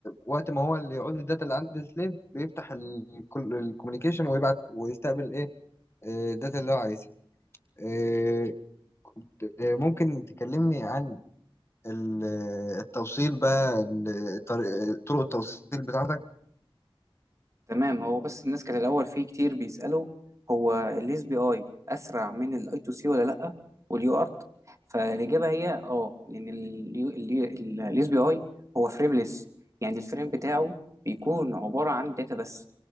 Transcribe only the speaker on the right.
تمام هو بس الناس كانت الأول فيه كتير بيسألوا هو ال SPI أسرع من ال I2C ولا لأ واليو ارت فالإجابة هي آه لأن ال SPI هو فريمليس يعني الفريم بتاعه بيكون عبارة عن داتا بس